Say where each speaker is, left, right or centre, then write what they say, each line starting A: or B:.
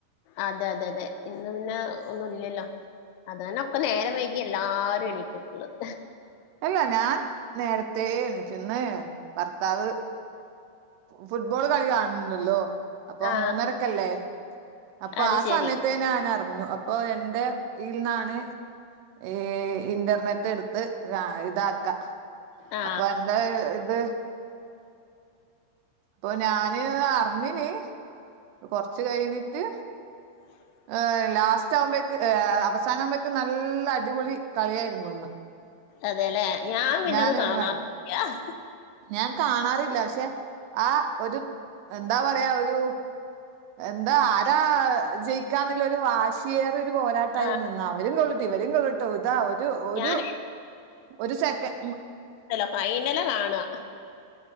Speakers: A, on the left; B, on the right.
A: അതെ അതെ അതെ ഇന്ന് പിന്നെ ഒന്നുല്ലല്ലോ. അതന്നാ അപ്പ നേരം വൈകി എല്ലാരും എണീറ്റിട്ടുള്ളത്.
B: ഇല്ല ഞാൻ നേരത്തേ എണീച്ച് ഇന്ന് ഭർത്താവ് ഫുട്ബോള് കളി കാണണണ്ടല്ലോ. അപ്പൊ
A: ആ
B: മൂന്നരക്കല്ലേ അപ്പൊ
A: അത്
B: ആ
A: ശരി
B: സമയത്തെ നാനെറങ്ങു അ ഇപ്പൊ എന്റെ ഇൽന്നാണ് ങ് ഇന്റർനെറ്റ് എടുത്ത് ഇതാക്ക
A: ആ
B: അപ്പൊ എന്റെ ഇത് ഇപ്പൊ ഞാന് അറിഞ്ഞ്ന് കൊറച്ച് കഴിഞ്ഞിട്ട്
A: <inaudible>
B: ഏഹ് ലാസ്റ്റ് ആവുമ്പേക്ക് അവസാന ആവുമ്പേക്ക് നല്ല അടിപൊളി കളിയായിരുന്നു ഇന്ന്
A: അതേലെ ഞാൻ പിന്നത്
B: ഞാനും
A: കാണാ
B: കണ്ടു
A: <unintelligible>
B: ഞാൻ കാണാറില്ല പഷെ ആ ഒരു എന്താ പറയാ ഒരു എന്താ ആരാ ജയിക്കാന്നുള്ളൊരു വാശിയേറി ഒരു പോരാട്ടായിരു
A: ആ
B: നിന്നാ അവരും ഗോളുട്ടു ഇവരും ഗോളുട്ടു ഇതാ ഒരു ഒരു
A: ഞാൻ
B: ഒരു സെക്കൻ
A: ല ഫൈനലാ കാണാ